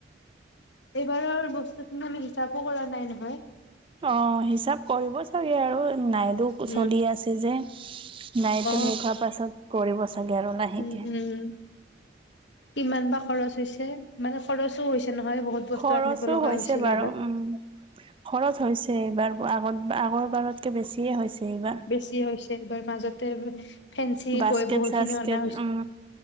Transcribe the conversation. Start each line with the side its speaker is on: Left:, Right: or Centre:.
Left: এইবাৰৰ বস্তুখিনি আমি হিচাপো কৰা নাই নহয়।
Right: অহ, হিচাপ কৰিব চাগে আৰু নাইডু
Left: উম
Right: চলি আছে যে। নাইতো
Left: অ
Right: শেষ হোৱাৰ পাছত কৰিব চাগে আৰু লাহেকে।
Left: উম উম। কিমান বা খৰচ হৈছে? মানে খৰচো হৈছে নহয় বহুত বস্তু
Right: খৰচো
Left: আনিব লগা
Right: হৈছে
Left: হৈছিল
Right: বাৰু
Left: এইবাৰ।
Right: উম। খৰচ হৈছে এইবাৰ আগত-আগৰ বাৰতকে বেছিয়ে হৈছে এইবাৰ।
Left: বেছি হৈছে এইবাৰ মাজতে ফেঞ্চি
Right: বাস্কেট
Left: গৈ বহুতখিনি
Right: চাস্কেট
Left: অনা হৈছে।
Right: উম